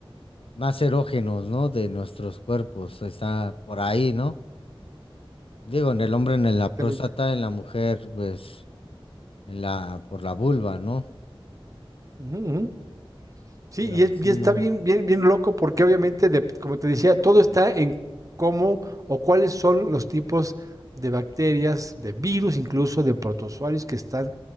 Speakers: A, on the left (about 75°); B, on the right (about 35°).
A: más erógenos, ¿no? De nuestros cuerpos, está por ahí, ¿no? Digo, en el hombre, en
B: Exactamente.
A: la próstata, en la mujer, pues, en la, por la vulva, ¿no?
B: Ujú, ujú. Sí,
A: Pero
B: y, es-
A: sí,
B: y está
A: no.
B: bien, bien, bien loco porque obviamente, de- como te decía, todo está en cómo o cuáles son los tipos de bacterias, de virus, incluso de protozoarios que están